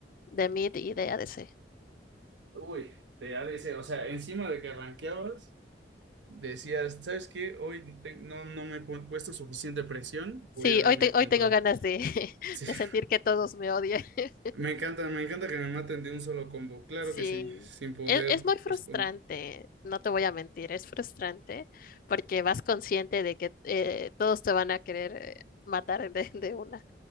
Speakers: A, on the left; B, on the right.
A: de mid y de ADC.
B: Uy, de ADC. O sea, encima de que rankeabas, decías, ¿sabes qué? Hoy te- no, no me he pu- puesto suficiente presión,
A: Sí,
B: voy a darme
A: hoy, te- hoy
B: con
A: tengo
B: todo.
A: ganas de, <laughs>
B: <laughs>
A: de sentir que todos me odian. <laughs>
B: Me encanta, me encanta que me maten de un solo combo. Claro
A: Sí,
B: que sí, sin poder
A: es, es muy frustrante,
B: responder.
A: no te voy a mentir, es frustrante porque vas consciente de que eh, todos te van a querer eh, matar de de una.